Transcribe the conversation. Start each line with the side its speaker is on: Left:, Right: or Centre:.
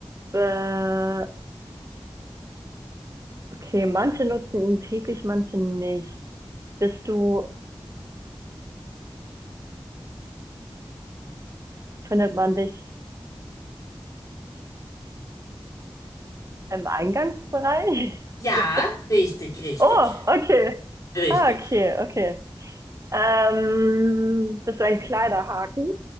Right: Äh, okay, manche nutzen ihn täglich, manche nicht. Bist du, findet man dich im Eingangsbereich?
Left: ja,
Right: <laughs>
Left: richtig, richtig,
Right: Oh, okay.
Left: richtig.
Right: Ah, okay, okay. Ähm, bist du ein Kleiderhaken?